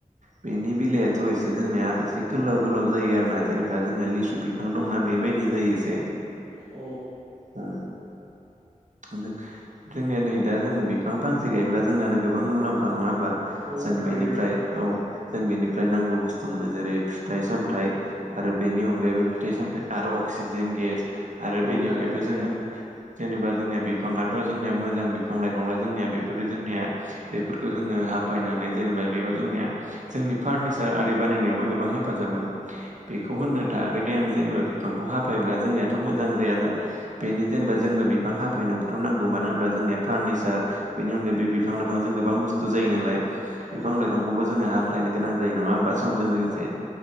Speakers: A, on the right; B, on the right.
A: बेनि बिलायाथ' एसे जोंनिया एसे गोलाव गोलाव जायो आरोना जेनेबा जोंनिया लिसु बिफां दंना बेबायदि जायो एसे
B: अ
A: ओ जों जोंनिया नै दा जोङो बिफां फांसे गायब्ला जोंनानो गोबां मुलाम्फा नङा होमबा?
B: औ
A: जों
B: थारैनो
A: बेनिफ्राय औ जों बेनिफ्राय नांगौ बुस्थु मोनो जेरै फिथाइ सामथाय आरो बेनि अनगायैबो फिथाइ सामथाय आरो अक सिजेन गेस आरो
B: औ
A: बेनि
B: थारैनो
A: अनगायैबो
B: थारैनो
A: जोंना जेनेबा जोंनिया बिफांयाथ' जोंनिया मोजां बिफां लाइफां ल' जोंनिया बेफोरो जोंनिया बेफोरखौ जोङो हाफायना नै जेनेबा बेयावहाय जोंनिया जोंनि फार्निचार आरि बानायनायाव गोबां हेफाजाब मोनो बेखौ
B: औ
A: होन नो थायाखै दे आं जेनेबा बिफांखौ हाफायब्रा जोंनिया थ' मोजां जाया जानो बेनि जेनेबा जोंनो बिफां हाफायनो बोथ' नांगौ मानो होनबा जोंनिया फार्निचार बेनि अनगायै बे बिफां लाइफांजों गोबां बुस्थु जायो नालाय बिफां
B: औ
A: लाइफांखौबो जोङो हाख्लायनो गोनां जायो। नङा होमबा? समजों लोगोसे।